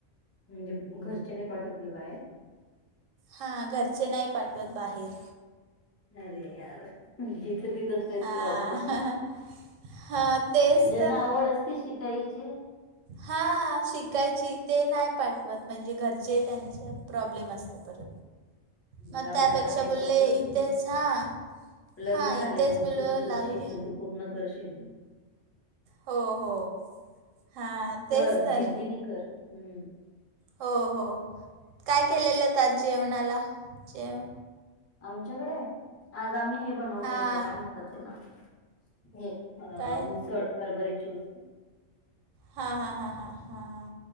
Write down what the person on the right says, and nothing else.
हा घरचे नाही पाठवत बाहेर.
हां
हां तेच
हा शिकायची ते नाही पाठवत म्हणजे घरचे त्यांचे प्रॉब्लेम असते. मग
त्यापेक्षा
बोलले
इथेच हा
हा
इथेच
बोलले
लागू
दे.
हो हो हां तेच
तर
हो हो काय केलेलं आता जेवणाला जेव?
हां
काय
हां हां हां हां हां